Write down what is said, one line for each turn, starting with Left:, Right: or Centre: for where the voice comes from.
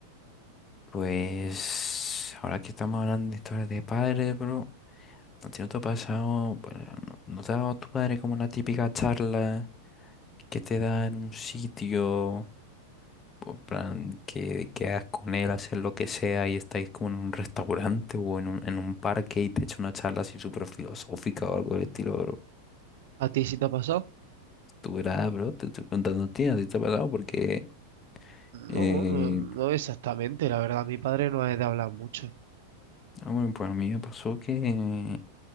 Left: Pues ahora que estamos hablando de historias de padres, bro, ¿a ti no te ha pasado, bueno, no, no te ha dado tu padre como la típica charla que te da en un sitio, en plan, que quedas con él a hacer lo que sea y estáis como en un restaurante o en un, en un parque y te echa una charla así súper filosófica o algo del estilo, bro?
Right: ¿A ti sí te ha pasado?
Left: Tú verás, bro, te estoy preguntando a ti, ¿a ti te ha pasado? Porque... Eh,
Right: No, no, no exactamente, la verdad, mi padre no es de hablar mucho.
Left: ah, bueno, pues a mí me pasó que